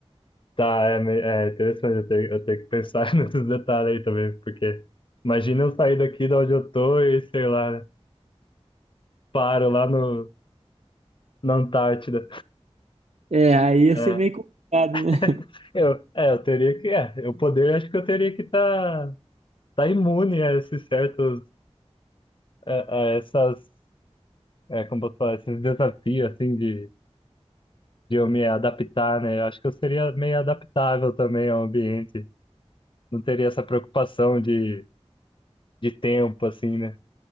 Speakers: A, on the left; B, on the right.
A: tá, é, me- é interessante, eu tenho, eu tenho que pensar <laughs> nesses detalhes aí também, porque imagina eu sair daqui de onde eu tô e, sei lá, né, paro lá no, na Antártida.
B: É, aí ia
A: É.
B: ser meio complicado,
A: <laughs>
B: né? <laughs>
A: Eu, é, eu teria que, é, eu poder, acho que eu teria que estar tá, tá imune a esses certos, a, a essas, é, como posso falar, esses desafios, assim, de de eu me adaptar, né? Eu acho que eu seria meio adaptável também ao ambiente. Não teria essa preocupação de, de tempo, assim, né?